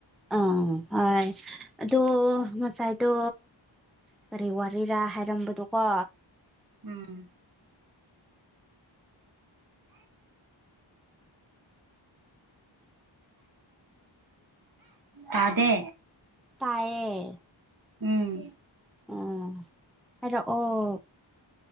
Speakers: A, in the centre; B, on the right.
A: ꯑ ꯍꯣꯏ ꯑꯗꯣ ꯉꯁꯥꯏꯗꯣ ꯀꯔꯤ ꯋꯥꯔꯤꯔꯥ ꯍꯥꯏꯔꯝꯕꯗꯨ ꯀꯣ
B: ꯎꯝ ꯇꯥꯗꯦ
A: ꯇꯥꯏꯌꯦ
B: ꯎꯝ
A: ꯑꯥ ꯍꯥꯏꯔꯛꯑꯣ